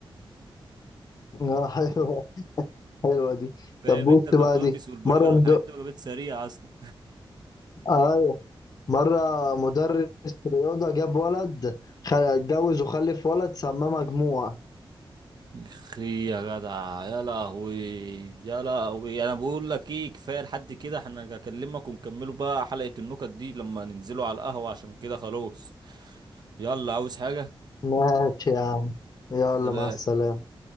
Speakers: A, on the left; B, on the right.
A: آه حلوة حلوة دي
B: فاهم
A: طب بص
B: انت البطاطس
A: بقى دي
B: والبرجر
A: مرة مد...
B: والحاجات دي وجبات سريعة اصلا
A: أيوه مرة مدرس رياضة جاب ولد خ- اتجوز وخلف ولد سماه مجموع
B: اخي يا جدع يا لهوي يا لهوي انا بقول لك ايه كفايه لحد كده احنا هكلمك ونكملوا بقى حلقه النكت دي لما ننزلوا على القهوه عشان كده خلاص يلا عاوز حاجه
A: ماشي يا عم يلا
B: سلام
A: مع السلامة